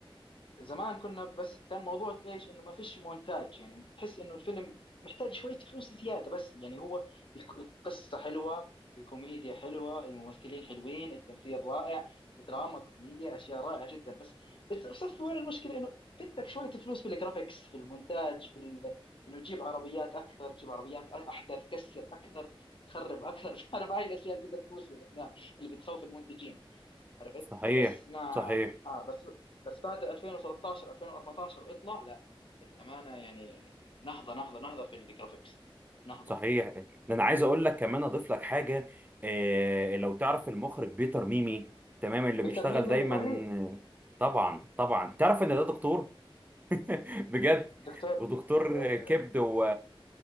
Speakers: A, on the left (about 60°); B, on the right (about 20°).
A: زمان كنا بس كان موضوع ايش انه ما فيش مونتاج يعني تحس انه الفيلم محتاج شوية فلوس زيادة بس يعني هو الك- القصة حلوة الكوميديا حلوة الممثلين حلوين التمثيل رائع دراما كوميديا اشياء رائعة جدا بس بتصف وين المشكلة انه بدك شوية فلوس في الجرافيكس في المونتاج في ال... انه جيب عربيات اكثر جيب عربيات احدث كسر اكثر خرب اكثر <laughs> فاهم هاي الاشياء اللي بدها فلوس في الافلام اللي بتخوف المنتجين عرفت
B: صحيح
A: بس مع
B: صحيح
A: اه بس بس بعد 2013 2014 اطلع لا الامانه يعني نهضه نهضه نهضه في الجرافيكس نهضه
B: صحيح ده انا عايز اقول لك كمان اضيف لك حاجه آه لو تعرف المخرج بيتر ميمي تمام اللي بيشتغل
A: في ترميمي
B: دايما
A: رهيب
B: طبعا طبعا تعرف ان ده دكتور بجد
A: دكتور
B: ودكتور
A: آه
B: كبد و...